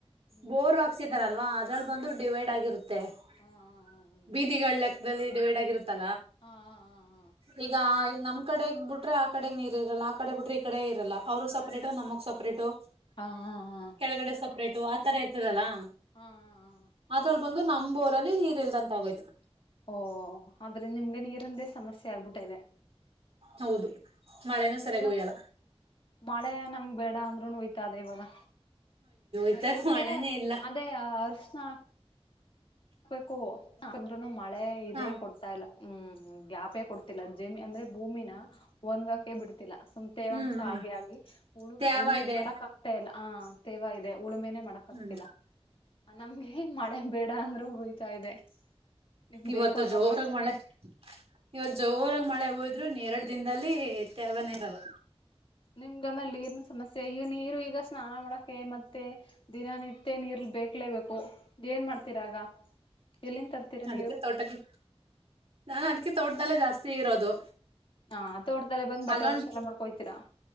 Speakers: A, on the left (about 55°); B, on the right (about 70°).
A: ಹ್ಮ್
B: ಬೋರ್ ಹಾಕ್ಸಿದಾರಲ್ವಾ ಅದ್ರಲ್ಲಿ ಬಂದು ಡಿವೈಡ್ ಆಗಿರುತ್ತೆ ಮ
A: ಹಾ ಹಾ
B: ಬೀದಿಗಳ ಲೆಕ್ಕದಲ್ಲಿ ಇಡಬೇಡ ಆಗರುತ್ತೆ
A: ಹಾ ಹಾ
B: ಈ ನಮ್ ಕಡೆಗ್ ಬಿಟ್ರೆ ಆ ಕಡೆಗ್ ನೀರ್ ಇರಲ್ಲ ಆ ಕಡೆ ಬಿಟ್ರೆ ಈ ಕಡೆ ಇರಲ್ಲ ಅವ್ರರು ಸಪರೇಟು ನಮ ಸಪರೇಟು
A: ಹಾ ಹಾ ಹಾ ಹಾ
B: ಕೆಳಗಡೆ ಸಪ್ರೇಟು ಆ ತರ ಇತದಲ್ಲಾ
A: ಹಾ ಹಾ
B: ಅದ್ರಲ್ಲಿ ಬಂದು ನಮೋರಲ್ಲಿ ನೀರ್ ಇಲ್ದಂತ ಆಗೋಯ್ತು
A: ಓ ಆದ್ರೆ ನಿಮ್ಗೆ ನೀರಂದೇ ಸಮಸ್ಯೆ ಆಗ್ಬಿಟ್ಟ ಇದೆ
B: ಹೌದು ಮಳೆನೂ ಸರಿಯಾಗಿ
A: ಈಗ
B: ಉಯ್ಯಲ್ಲ
A: ಮಳೆ ನಮ್ ಬೇಡ ಅಂದ್ರು ಉಯ್ತಾ ಅದೇ ಇವಾಗ
B: ಇತ್ತಾಗ
A: ಅಯ್ಯೋ ನಮ್ಗೆ
B: ಮಳೆನೇ ಇಲ್ಲ
A: ಅದೇ ಅರ್ಶನಾ ಹಾಕ್ಬೇಕು ಹಾಕಂದ್ರುನು ಮಳೆ ಇದೇ
B: ಹಾ
A: ಕೊಡ್ತಾ ಇಲ್ಲ ಹ್ಮ್ ಗ್ಯಾಪೆ ಕೊಡ್ತಿಲ್ಲ ಜಮಿ ಅಂದ್ರೆ ಭೂಮಿನ ಒನ್ಗಕೆ ಬಿಡ್ತಿಲ್ಲ ತೇವಾಂಸ
B: ಹ್ಮ್ ಹ್ಮ್
A: ಹಾಗೆ ಆಗಿ ಉಳು
B: ತ್ಯಾವ
A: ಉಳುಮೆ
B: ಇದೆ
A: ಮಾಡಕ್ ಆಗ್ತಾ ಇಲ್ಲ ಆ ತೇವಾ ಇದೆ ಉಳುಮೆನೆ ಮಾಡಕ್ ಆಗ್ತಿಲ್ಲ
B: ಹ್ಮ್
A: ನಮ್ಗೆ ಮಳೆ ಬೇಡ ಅಂದ್ರು ಉಯ್ತಾ ಇದೆ ನಿಮ್
B: ಇವತ್ತು
A: ಬೇಕು ಅನ್ನೋರ್ಗ್
B: ಜೋರಾಗ
A: ಬಯ್ತಾ ಇಲ್ಲ.
B: ಮಳೆ ಇವತ್
A: ಹಾ
B: ಜೋರಾಗ
A: ಹಾ
B: ಮಳೆ ಹೋದ್ರು ಎರಡು ದಿನದಲ್ಲಿ ತ್ಯಾವನೇ ಇರಲ್ಲ
A: ಹ ನಿಮ್ಗ ನಲ್ಲಿ ಸಮಸ್ಯೆ ಈಗ ನೀರು ಈಗ ಸ್ನಾನ ಮಾಡಕೆ ಮತ್ತೆ ದಿನನಿತ್ಯ ನೀರ್ ಬೇಕ್ಲೇಬೇಕು ಏನ್ ಮಾಡ್ತೀರಾಗ ಎಲ್ಲಿಂದ ತರ್ತೀರಾ
B: ಅದಕ್ಕೆ
A: ನೀರು
B: ತೋಟಕ್ಕೆ ನಾನ್ ಅದಕ್ಕೆ ತೋಟದಲ್ಲೇ ಜಾಸ್ತಿ ಇರೋದು
A: ಹಾ ತೋಟದಲ್ಲೆ ಬಂದ್ ಬಟ್ಟೆ
B: ಅಲ್ಲೊಂದ್
A: ವಾಶ್ ಎಲ್ಲ ಮಾಡ್ಕೊಯ್ತೀರಾ